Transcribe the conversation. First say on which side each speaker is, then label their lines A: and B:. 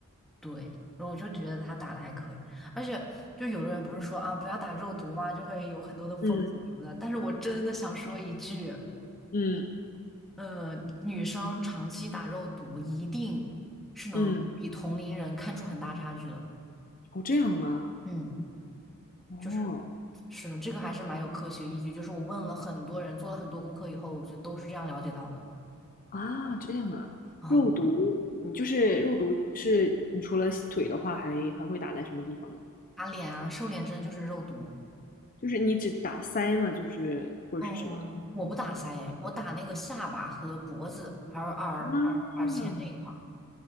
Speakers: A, in the centre; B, on the left.
A: 对，然后我就觉得他打的还可以，而且就有的人不是说啊不要打肉毒嘛，就会有很多的风险什么的，
B: 嗯
A: 但是我真的想说一句，
B: 嗯
A: 呃，女生长期打肉毒一定是能比同龄人看出很大差距的。
B: 嗯，哦，这样吗？
A: 嗯。
B: 哦，
A: 就是是的，这个还是蛮有科学依据。就是我问了很多人，做了很多功课以后，我就都是这样了解到的。
B: 啊，这样啊，
A: 哦，
B: 肉毒，你就是肉毒是，你除了腿的话还，还会打在什么地方呢？
A: 打脸啊，瘦脸针就是肉毒。
B: 就是你只打腮嘛，就是或者是什么
A: 哦，我不打腮诶我打那个下巴和脖子，还有耳耳耳前那一块儿，
B: 啊？